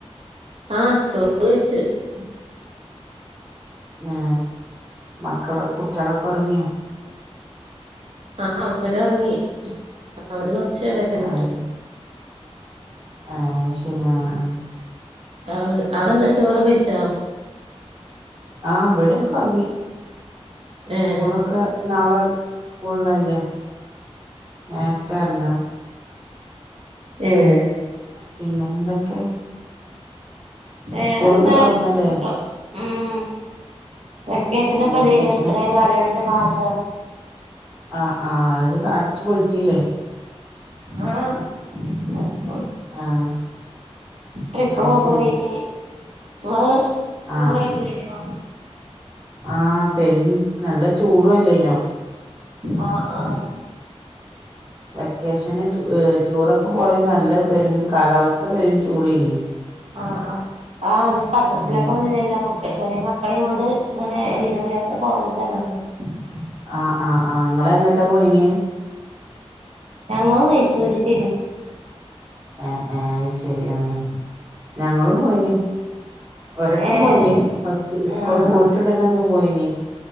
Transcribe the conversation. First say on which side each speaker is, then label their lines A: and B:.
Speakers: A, on the right (about 70°); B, on the right (about 25°).
A: ആഹ് ചോറ് കൈച്ച് ഉം
B: ആ മക്കള് കുട്ടികളൊക്കെ ഉറങ്ങിയ
A: ആ അവലൊറങ്ങി അവല് കൊർച്ച് ച്ചേരായി കെടന്നിട്ട്
B: ആഹ് ആഹ് അയ്ശരി ആഹ് ആഹ്
A: അവളത് അതെന്താ ചോറൊക്കെ കൈ ച്ചോ
B: ആഇവിടെ ഒക്കെ ഉറങ്ങി സ്കൂളൊക്കെ-
A: ഏഹ്
B: നാളെ സ്കൂള് ലല്ലേ നേർത്തെയെറങ്ങണം
A: ഏഹ്
B: പിന്നെ എന്തൊക്കെ
A: വേറെ
B: സ്കൂളൊക്കെ
A: എന്താ
B: തുറന്നല്ലേ
A: ഒക്കെ സുഖം ഉം ഹ് വെക്കേഷൻ
B: ഉം
A: ഒക്കെയല്ലേനോ
B: വെക്കേഷനൊക്കെ
A: ഇത്രയും കാലം രണ്ട് മാസം ഒഹ്
B: ആഹ് ആഹ് അതൊക്കെ അടിച്ചു പൊളിച്ചീല്ലേ
A: ആഹ് അടിച്ച് പൊളിച്ച്
B: ആഹ്
A: ട്രിപ്പൊക്കെ
B: അത് ശരി
A: പോയിനി ഇങ്ങള്
B: ആഹ്
A: ടൂറായിട്ട് കഴിഞ്ഞിനോ
B: ആഹ് പെരിൻ നല്ല ചൂടും അല്ലെയ്നോ?
A: ആഹ് ആഹ്
B: വെക്കേഷന് ചു ഏഹ് ടൂറൊക്കെ പോയാലും നല്ല പെരും കാലാവസ്ഥ പെരും ചൂടേനി.
A: ആഹ് ആ ആ അത് പത്രത്തിലൊക്കെ
B: ഉം
A: വന്നിരുന്നല്ലോ അപ്പം ചെറിയ മക്കളെയും കൊണ്ട് ഇങ്ങനെ വിനോദയാത്രക്ക <unintelligible>
B: ആഹ് ആഹ് ആഹ് ഇങ്ങള് എങ്ങട്ടാ പോയിന്?
A: ഞങ്ങള് മൈസൂർക്കായിന്നു.
B: ആ ആ അത് ശരി ആഹ് ഞങ്ങളും പോയിനി. ഒരു വട്ടം
A: ഏഹ്
B: പോയീനി ഫസ്റ്റ് സ്കൂൾ
A: ആഹ് ആഹ്
B: പൂട്ടിയുടനെ ഒന്ന് പോയീനി.